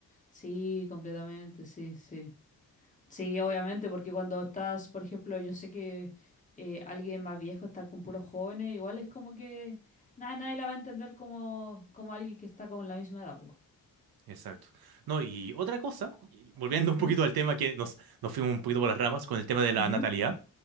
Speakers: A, on the left; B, on the right.
A: Sí, completamente, sí, sí. Sí, obviamente, porque cuando estás, por ejemplo, yo sé que eh, alguien más viejo estar con puros jóvenes, igual es como que nada, nadie la va a entender como, como alguien que está como en la misma edad, po.
B: Exacto. No, y otra cosa, y volviendo
A: Ujú,
B: un poquito al tema que nos, nos fuimos un poquito por las ramas con el tema de
A: ujú,
B: la natalidad,